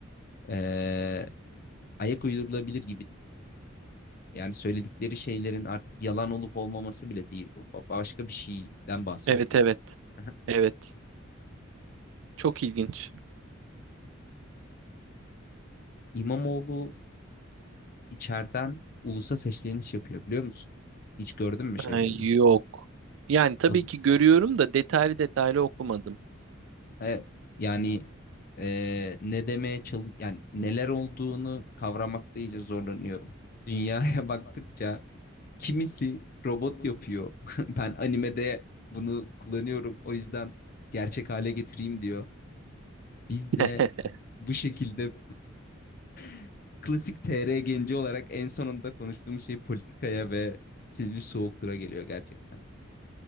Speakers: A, on the left (about 45°); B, on the right (about 65°).
A: Ee, ayak uydurulabilir gibi değil. Yani söyledikleri şeylerin artık yalan olup olmaması bile değil bu. Başka bir şeyden bahsediliyor.
B: Evet evet.
A: <laughs>
B: Evet. Çok ilginç.
A: İmamoğlu içeriden ulusa sesleniş yapıyor biliyor musun? Hiç gördün mü şeylerini?
B: Ha, yok. Yani tabii
A: Az-
B: ki görüyorum da detaylı detaylı okumadım.
A: Evet. Yani e, ne demeye çalış yani neler olduğunu kavramakta iyice zorlanıyorum. Dünyaya <laughs> baktıkça kimisi robot yapıyor. <laughs> Ben animede bunu kullanıyorum. O yüzden gerçek hale getireyim diyor. Biz
B: <laughs>
A: de bu şekilde <laughs> klasik TR genci olarak en sonunda konuştuğum şey politikaya ve Silivri Soğuktur'a geliyor gerçekten.